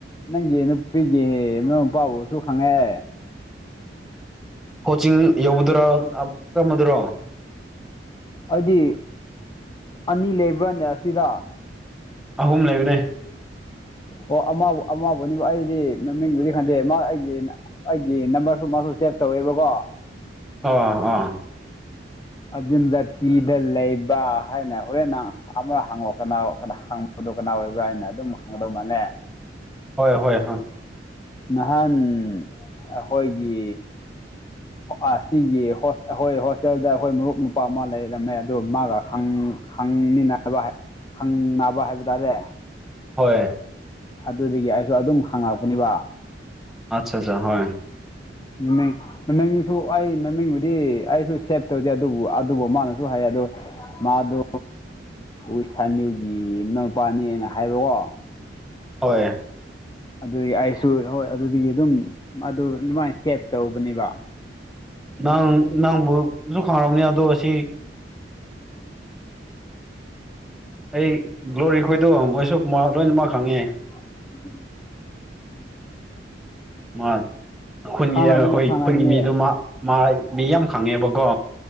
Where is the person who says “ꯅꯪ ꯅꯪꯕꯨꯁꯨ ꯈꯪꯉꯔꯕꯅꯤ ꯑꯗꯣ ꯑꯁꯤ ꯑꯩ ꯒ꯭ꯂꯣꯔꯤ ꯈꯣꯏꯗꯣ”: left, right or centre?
Centre